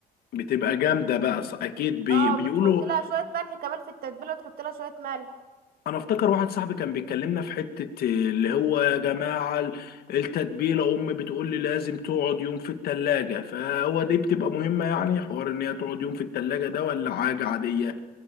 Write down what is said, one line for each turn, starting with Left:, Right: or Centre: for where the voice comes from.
Left: بتبقى جامدة بقى ص- أكيد بي...
Right: اه
Left: بيقولوا
Right: بتحط لها شويه ملح كمان في التتبيله وتحط لها شويه ملح
Left: انا افتكر واحد صاحبي كان بيكلمنا في حتة اللي هو يا جماعة ال- التتبيلة امي بتقول لي لازم تقعد يوم في التلاجة فهو دي بتبقى مهمة يعني حوار ان هي تقعد يوم في التلاجة ده ولا حاجة عادية